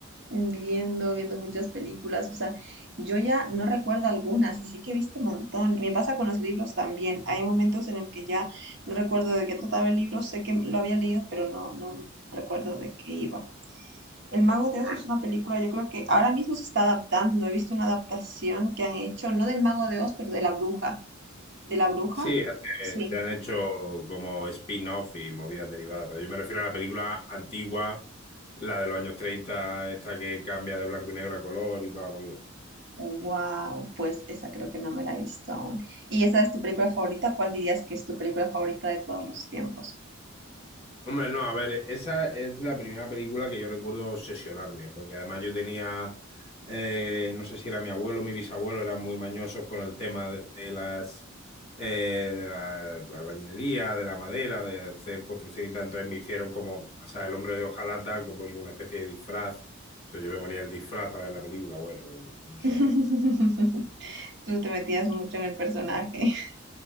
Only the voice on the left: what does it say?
Sí, eh,
se han hecho como spin-off y movidas derivadas, pero yo me refiero a la película antigua, la de los años 30, esta que cambia de blanco y negro a color y toda la movida.
Hombre, no, a ver, esa es la primera película que yo recuerdo obsesionarme, porque además yo tenía, eh, no sé si era mi abuelo o mi bisabuelo, eran muy mañosos con el tema de, de las, eh, de la albañilería, de la madera, de hacer construcción y tal. Entonces me hicieron como, o sea, el hombre de hojalata, como es una especie de disfraz. Entonces yo me ponía el disfraz para ver la película, bueno, un, un show,